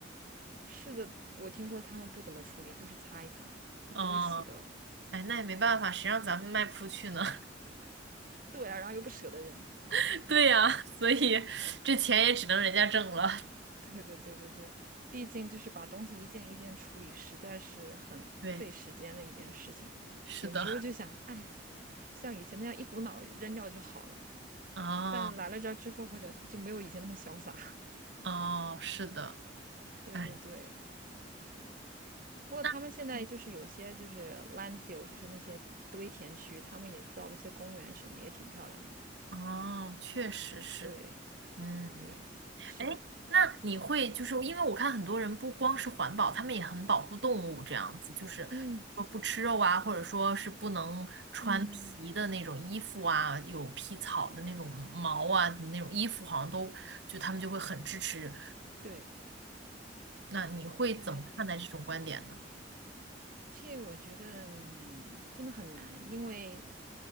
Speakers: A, on the right; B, on the right.
A: 是的，我听说他们不怎么处理，就是擦一擦，他不会洗的。
B: 嗯，哎，那也没办法，谁让咱们卖不出去呢？
A: 对啊，然后又不舍得扔。
B: <laughs> 对呀，<laughs> 所以这钱也只能人家挣了。
A: <laughs> 对对对对对，毕竟就是把东西一件一件处理，实在是很费时间的一件事情。
B: 对，是的，
A: 有时候就想，哎呀，像以前那样一股脑儿扔掉就好了。
B: 哦
A: 但来了这儿之后，好像就没有以前那么潇洒。
B: 哦，是的，
A: <laughs> 对对对，
B: 哎，
A: 不过他们现在就是有些就是
B: 那嗯
A: landfill，就是那些堆填区，他们也造了一些公园什么，也挺漂亮的。
B: 哦，确实是，
A: 对
B: 嗯。
A: 对，是的，
B: 哎，那你会就是因为我看很多人不光是环保，他们也很保护动物，这样子就是说不吃肉啊，
A: 嗯
B: 或者说是不能穿皮的那种衣服啊，
A: 嗯，
B: 有皮草的那种毛啊，那种衣服好像都就他们就会很支持。
A: 对，
B: 那你会怎么看待这种观点呢？
A: 哎，这个我觉得嗯真的很难，因为